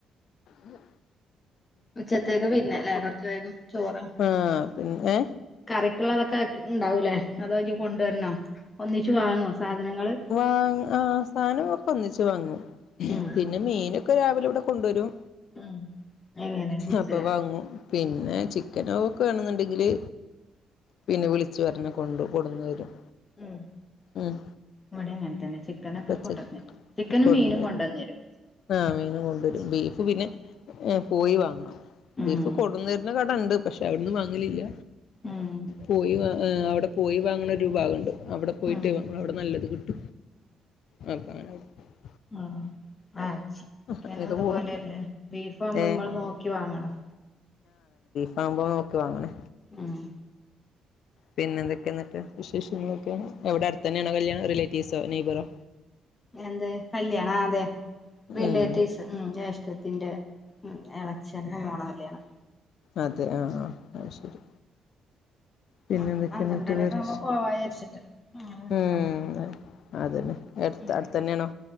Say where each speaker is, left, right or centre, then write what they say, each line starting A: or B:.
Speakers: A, on the left; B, on the left.
A: ഏഹ്
B: ഉച്ചത്തേക്ക് പിന്നെല്ലേ, കുറച്ച വേഗം ചോറ്
A: ആഹ് പിന്നെ ഏഹ്
B: കറി. ള്ളതൊക്കെ ഉണ്ടാവൂലേ അതോ കൊണ്ടുവരണോ ഒന്നിച്ച് വാങ്ങോ? സാധനങ്ങള്
A: ആഹ ആ സാനം. ഒന്നിച്ചു വാങ്ങും.
B: ഉം
A: പിന്നെ മീനും. ഒക്കെ രാവിലെ ഇവിടെ കൊണ്ടുവരും.
B: ഉം എങ്ങനെ ഗുഡ്സില്
A: അപ്പൊ വാങ്ങും പിന്നെ ചിക്കനോ ഒക്കെ വേണെന്നുണ്ടെങ്കില്, പിന്നെ വിളിച്ചു പറഞ്ഞ കൊണ്ട് കൊടന്ന് തരും.
B: ഉം
A: ഉം
B: ഇവിടെ അങ്ങനെ തന്നെ ചിക്കനും ഒക്കെ
A: പച്ച
B: കൊണ്ടന്നരും ചിക്കനും
A: കൊടുന്ന്
B: മീനും
A: തരും
B: കൊണ്ടന്നരും
A: ആഹ് മീനും കൊണ്ടുവരും ബീഫ് പിന്നെ പോയി വാങ്ങണം.
B: ഉം
A: ബീഫ് കൊണ്ടുതരുന്ന കട ഉണ്ട്. പക്ഷെ അവിടന്നും വാങ്ങലില്ല.
B: ഉം
A: പോയിവാ ഹ് അവടെ പോയി വാങ്ങണര് വാവ് ണ്ട് അവിടെ പോയിട്ട്
B: ഉം
A: അവിടെ നല്ലത് കിട് ആ <unintelligible>
B: ആ ആ ച്ചിക്കനുതുപോലല്ലേ
A: അങ്ങനൊക്കെ പോണു
B: ബീഫ് ആവുമ്പോ
A: ഏഹ്
B: നമ്മള് നോക്കി വാങ്ങണം
A: സംഭവം നോക്കി വാങ്ങണേ
B: ആഹ്
A: പിന്നെ എന്തൊക്കെയന്നെട്ട് വിശേഷങ്ങളൊക്കെയ എവിടെ അടുത്താണോ കല്യാണം റിലേറ്റീ തീസോ നൈപറോ?
B: എന്ത് കല്യാണ അതെ റിലേറ്റീവ്സ്
A: ഉം
B: ഊം ജ്യേഷ്ഠത്തിന്റെ ഉം എളച്ചന്റെ മോളെ കല്യാണം
A: അത് അതെ ആ ആ അത്‌ ശരി പിന്നെ
B: അ
A: എന്തൊക്കെയ എന്നിട്ട്
B: പന്ത്രണ്ടരക്കെ
A: വേറെ
B: ആകുമ്പോ
A: വിശേ
B: പോവാ വിചാരിച്ചിട്ട് ആ <unintelligible>
A: ഉം
B: ആ..
A: അതന്നെ എടുത്ത് അടുത്തന്നെയാണോ